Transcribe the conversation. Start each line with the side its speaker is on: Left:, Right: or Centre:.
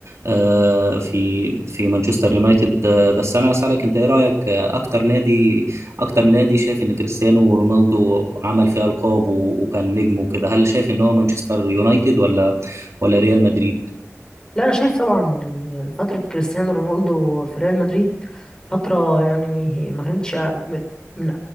Right: آه، في في مانشستر يونايتد آه، بس أنا أسألك أنت إيه رأيك آه، أكتر نادي أكتر نادي شايف إن كريستيانو رونالدو عمل فيه ألقاب و- وكان نجم وكده هل شايف إن هو مانشستر يونايتد ولا ولا ريال مدريد؟
Left: لا أنا شايف طبعا إن فترة كريستيانو رونالدو في ريال مدريد فترة يعني هي- ما كانتش من من